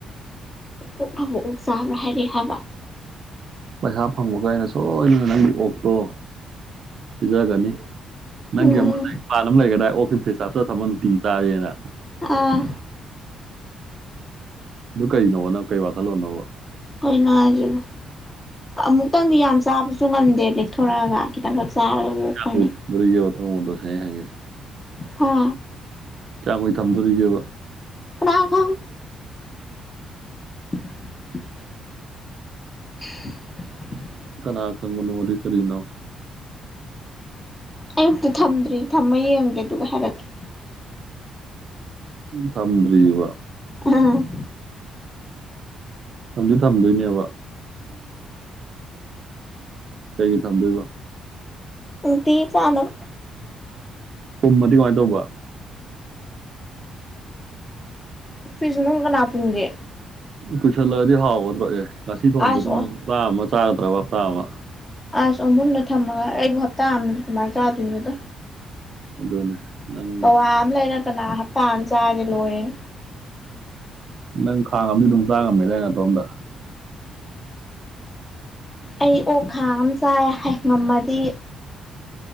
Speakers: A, on the left; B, on the right.
A: ꯑꯣꯛꯅꯕꯨ ꯑꯣꯛ ꯆꯥꯕ꯭ꯔꯥ ꯍꯥꯏꯔꯛꯑꯦ ꯍꯥꯏꯕ
B: ꯄꯩꯁꯥ ꯐꯪꯕꯒ ꯑꯩꯅ ꯁꯣꯏꯗꯅ ꯅꯪꯒꯤ ꯑꯣꯛꯇꯣ ꯄꯤꯖꯒꯅꯤ ꯅꯪꯒꯤ
A: ꯎꯝ
B: <unintelligible> ꯑꯣꯛꯁꯤ ꯐ꯭ꯔꯤꯁꯇ ꯍꯥꯞꯆꯤꯜꯂ ꯊꯝꯃ ꯅꯨꯡꯇꯤꯒꯤ ꯆꯥꯔꯦꯅ
A: ꯑꯥ
B: ꯑꯗꯨ ꯀꯩꯅꯣꯕ ꯅꯪ ꯀꯩ ꯋꯥꯈꯜꯂꯣꯟꯅꯣꯕ
A: ꯀꯩꯅꯣ ꯍꯥꯏꯁꯤꯕꯨ ꯃꯨꯛꯇꯪꯗꯤ ꯌꯥꯝ ꯆꯥꯕꯁꯨ ꯉꯝꯗꯦ ꯂꯦꯛꯊꯣꯔꯛꯑꯒ ꯈꯤꯇꯪꯈꯛ ꯆꯥꯔꯒ
B: <unintelligible>
A: ꯑꯣꯛ ꯐꯅꯤ ꯍꯥ
B: ꯀꯌꯥ ꯀꯨꯏ ꯊꯝꯗꯣꯔꯤꯒꯦꯕ
A: ꯀꯅꯥ ꯈꯪꯅꯤ <inaudible> <inaudible>
B: ꯀꯅꯥꯈꯪꯕꯅꯣꯗꯤ ꯀꯔꯤꯅꯣ
A: ꯑꯩ ꯃꯨꯛꯇ ꯊꯝꯗ꯭ꯔꯤ ꯊꯝꯃ ꯌꯦꯡꯒꯦ ꯑꯗꯨꯒ ꯍꯥꯏꯔꯛꯀꯦ
B: ꯊꯝꯗ꯭ꯔꯤꯕ
A: ꯎꯝ
B: ꯊꯝꯗꯤ ꯊꯝꯗꯣꯏꯅꯦꯕ ꯀꯩꯒꯤ ꯊꯝꯗꯣꯏꯕ
A: ꯅꯨꯡꯇꯤꯒꯤ ꯆꯥꯅꯕ
B: ꯄꯨꯝꯃꯗꯤ ꯀꯃꯥꯏꯅ ꯇꯧꯕ
A: ꯐ꯭ꯔꯤꯁ ꯃꯅꯨꯡꯅ ꯀꯅꯥꯄꯨꯝꯒꯦ
B: ꯀꯨꯏꯁꯜꯂꯛꯑꯗꯤ ꯍꯥꯎꯒꯗ꯭ꯔꯣ ꯑꯦ ꯉꯁꯤ ꯊꯣꯡꯕꯗꯣ
A: ꯑꯥꯏꯁ
B: ꯅꯪ
A: ꯑꯣ
B: ꯍꯞꯇꯥ ꯑꯃ ꯆꯥꯒꯗ꯭ꯔꯕ ꯍꯞꯇꯥ ꯑꯃ
A: ꯑꯥꯏ ꯑꯣꯟꯐꯝꯗ ꯊꯝꯃꯒ ꯑꯩꯕꯨ ꯍꯞꯇꯥ ꯑꯃ ꯀꯃꯥꯏꯅ ꯆꯥꯗꯣꯏꯅꯣꯗꯣ
B: ꯑꯗꯨꯅꯦ ꯅꯪ
A: ꯄꯋꯥ ꯑꯃ ꯂꯩꯔ ꯀꯅꯥ ꯍꯞꯇꯥ ꯑꯃ ꯆꯥꯔꯗꯤ ꯂꯣꯏꯔꯦ
B: ꯅꯪ ꯈꯥꯡꯑꯝꯗꯤ ꯑꯗꯨꯝ ꯆꯥꯉꯝꯃꯦꯗꯥꯏ ꯅꯇꯣꯝꯗ
A: ꯑꯩ ꯑꯣꯛ ꯈꯥꯡ ꯑꯃ ꯆꯥꯏ ꯉꯝꯃꯗꯤ